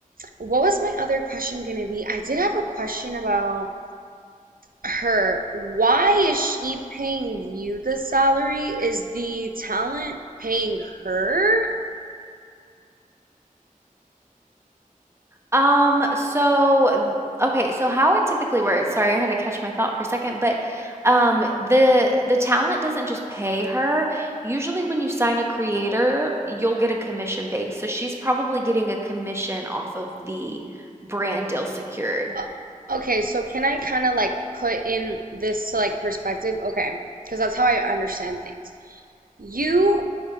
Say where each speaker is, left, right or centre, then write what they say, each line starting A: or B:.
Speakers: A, on the right; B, on the right.
A: what was my other question gonna be? I did have a question about her. Why is she paying you the salary? Is the talent paying her?
B: Um, so th okay, so how it typically works sorry, I had to catch my thought for a second, but, um, the the talent doesn't just pay her. Usually when you sign a creator, you'll get a commission base, so she's probably getting a commission off of the brand deal secured.
A: Uh, Okay, so can I kind of like put in this to like perspective? Okay, because that's how I understand things. You,